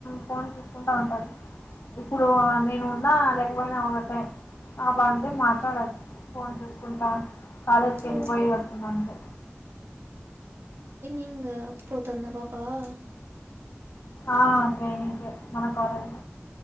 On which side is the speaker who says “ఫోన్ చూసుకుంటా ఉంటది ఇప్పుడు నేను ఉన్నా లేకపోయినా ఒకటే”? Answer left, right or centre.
Left